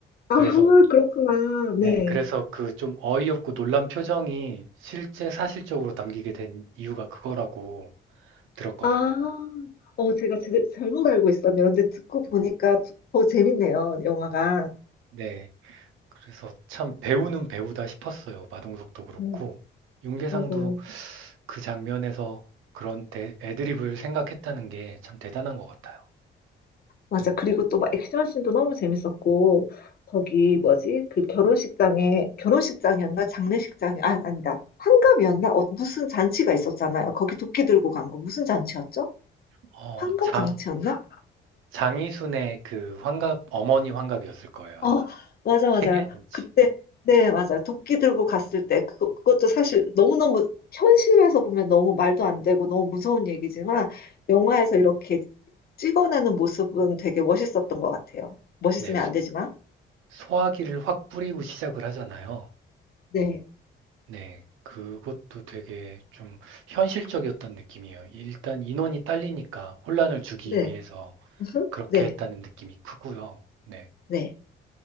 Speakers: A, on the left (about 50°); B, on the right (about 85°).
A: 아,
B: 그래서,
A: 그렇구나. 네.
B: 네, 그래서 그 좀 어이없고 놀란 표정이 실제 사실적으로 담기게 된 이유가 그거라고 들었거든요.
A: 아, 어, 제가 제, 잘못 알고 있었네요. 근데 듣고 보니까 더 재밌네요, 영화가.
B: 네. 그래서 참 배우는 배우다 싶었어요. 마동석도 그렇고
A: 네,
B: 윤계상도
A: 맞아요.
B: 그 장면에서 그런 대- 애드립을 생각했다는 게 참 대단한 것 같아요.
A: 맞아. 그리고 또 막 액션씬도 너무 재밌었고, 거기 뭐지? 그 결혼식장에, 결혼식장이었나? 장례식장이, 아, 아니다. 환갑이었나? 어, 무슨 잔치가 있었잖아요. 거기 도끼 들고 간 거. 무슨 잔치였죠?
B: 어,
A: 환갑
B: 장
A: 잔치였나?
B: 장이순의 그 환갑 어머니 환갑이었을 거예요, 아마.
A: 어, 맞아, 맞아.
B: 생일잔치.
A: 그때, 네, 맞아. 도끼 들고 갔을 때, 그거, 그것도 사실 너무너무, 현실에서 보면 너무 말도 안 되고 너무 무서운 얘기지만, 영화에서 이렇게 찍어내는 모습은 되게 멋있었던 것 같아요. 멋있으면
B: 네. 소-
A: 안 되지만.
B: 소화기를 확 뿌리고 시작을 하잖아요.
A: 네,
B: 네. 그것도 되게 좀 현실적이었던 느낌이에요. 일단 인원이 딸리니까 혼란을 주기
A: 네.
B: 위해서
A: 음,
B: 그렇게
A: 네,
B: 했다는 느낌이 크고요. 네.
A: 네.